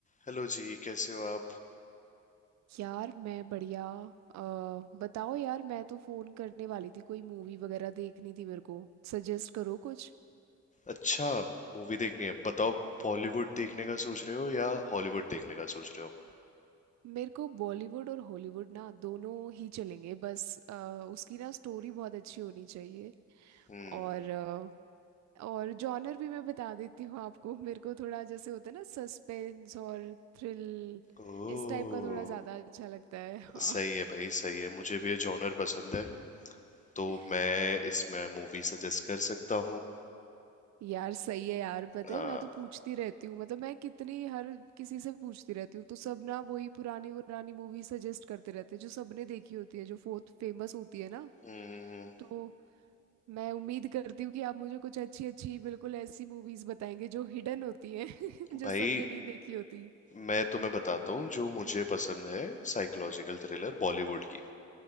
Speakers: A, on the left; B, on the right.
A: Hello जी कैसे हो आप
B: यार मैं बढ़िया अ, बताओ यार मैं तो फोन करने वाली थी कोई मूवी वगैरह देखनी थी मेरे को सजेस्ट करो कुछ
A: अच्छा मूवी देखनी है बताओ बॉलीवुड देखने का सोच रहे हो या हॉलीवुड देखने का सोच रहे हो
B: मेरे को बॉलीवुड और हॉलीवुड ना दोनों ही चलेंगे बस अ, उसकी ना स्टोरी बहुत अच्छी होनी चाहिए
A: हम्म
B: और अ, और जॉनर भी मैं बता देती हूँ आपको मेरे को थोड़ा जैसे होता है ना सस्पेंस और थ्रिल
A: ओह
B: इस टाइप का थोड़ा ज़्यादा अच्छा लगता है हाँ
A: सही है भाई सही है मुझे भी ये जॉनर पसंद है तो
B: <laughs>
A: मैं इसमें मूवी सजेस्ट कर सकता हूँ
B: यार सही है यार पता
A: हाँ
B: है मैं तो पूछती रहती हूँ मतलब मैं कितनी हर किसी से पूछती रहती हूँ तो सब ना वही पुरानी पुरानी मूवी सजेस्ट करते रहते हैं जो सबने देखी होती है जो बहुत फेमस होती है ना
A: हम्म,
B: तो मैं उम्मीद करती हूँ कि आप मुझे कुछ अच्छी अच्छी बिल्कुल ऐसी मूवीज बताएंगे जो हिडन होती हैं <laughs> जो
A: भाई
B: सबने नहीं देखी होती
A: मैं तुम्हें बताता हूँ जो मुझे पसंद है साइकोलॉजिकल थ्रिलर बॉलीवुड की